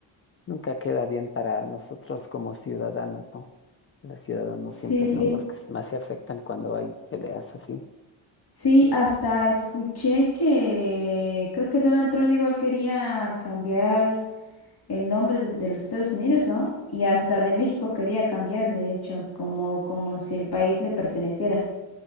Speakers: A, on the left (about 30°); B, on the left (about 50°).
A: nunca queda bien para nosotros como ciudadanos, ¿no? Los ciudadanos
B: Sí,
A: siempre son los que más se afectan cuando hay peleas así.
B: sí, hasta escuché que creo que Donald Trump igual quería cambiar el nombre de, de los Estados Unidos, ¿no? Y hasta de México quería cambiar, de hecho, como, como si el país le perteneciera.